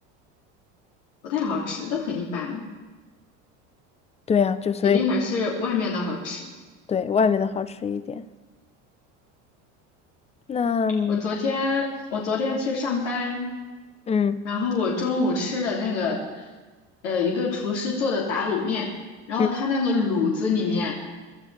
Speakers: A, on the left; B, on the left.
A: 不太好吃，都很一般，
B: 对啊，就所以
A: 肯定还是外面的好吃。
B: 对外面的好吃一点。那嗯
A: 我昨天我昨天去上班，
B: 嗯，
A: 然后我中午吃的那个，呃，一个厨师做的打卤面，然后他那个卤子里面
B: 嗯